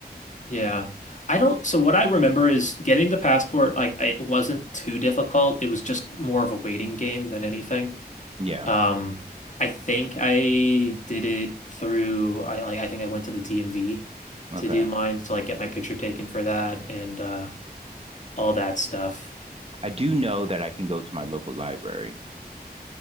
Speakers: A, on the left; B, on the right.
A: yeah. I don't so what I remember is getting the passport like I- it wasn't too difficult. It was just more of a waiting game than anything.
B: Yeah.
A: Um I think I did it through I like I think I went to the DMV
B: Okay.
A: to do mine to like get my picture taken for that and uh all that stuff.
B: I do know that I can go to my local library.